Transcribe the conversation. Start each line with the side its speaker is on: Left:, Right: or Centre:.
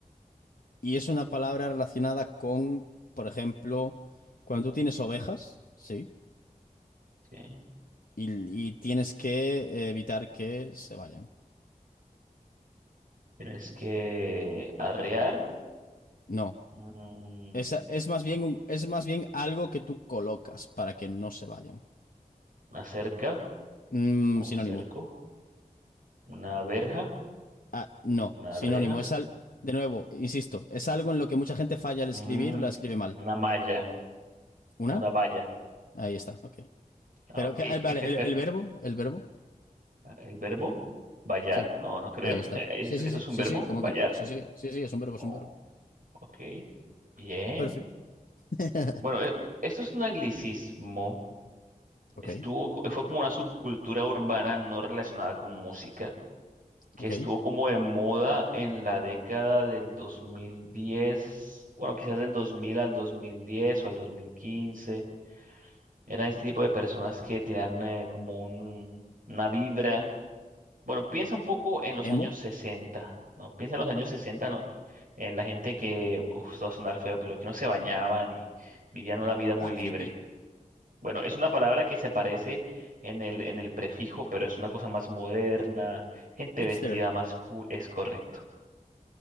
Left: y es una palabra relacionada con, por ejemplo, cuando tú tienes ovejas, ¿sí?
Right: Sí.
Left: Y, y tienes que evitar que se vayan.
Right: Tienes que arrear,
Left: No,
Right: mm,
Left: esa es más bien, un- es más bien algo que tú colocas para que no se vayan.
Right: una cerca,
Left: Mm,
Right: o
Left: sinónimo.
Right: un cerco, una verja,
Left: Ah, no,
Right: una
Left: sinónimo.
Right: reja,
Left: Es al, de nuevo, insisto, es algo en lo que mucha gente falla al escribir
Right: mm,
Left: o la escribe mal.
Right: una malla,
Left: ¿Una?
Right: una valla.
Left: Ahí está, ok.
Right: Ah,
Left: Pero,
Right: ok.
Left: que,
Right: <laughs>
Left: ah, vale, el, el verbo, el verbo.
Right: El verbo, vallar,
Left: Sí,
Right: no, no creo.
Left: ahí está.
Right: <laughs> ¿Eso
Left: Sí, sí,
Right: es
Left: sí, sí,
Right: un verbo,
Left: sí, ¿cómo
Right: vallar?
Left: que no? Sí, sí, sí, sí, es un verbo, es
Right: Oh,
Left: un verbo.
Right: ok, bien.
Left: Perfecto. <laughs>
Right: Bueno, e- esto es un anglicismo.
Left: Ok,
Right: Estuvo, co- fue como una subcultura urbana no relacionada con música, que
Left: ok.
Right: estuvo como de moda en la década del 2010, bueno, quizás del 2000 al 2010 o al dos mil quince, Eran este tipo de personas que tenían eh, como un- una vibra. Bueno, piensa un poco en los
Left: Emo.
Right: años 60, ¿no? Piensa en los años 60, ¿no? En la gente que, uf, esto va a sonar feo, pero que no se bañaban y vivían una vida muy
Left: Ah,
Right: libre.
Left: hippie,
Right: Bueno, es una palabra que se parece en el, en el prefijo, pero es una cosa más moderna, gente
Left: hipster.
Right: vestida más cool, es correcto.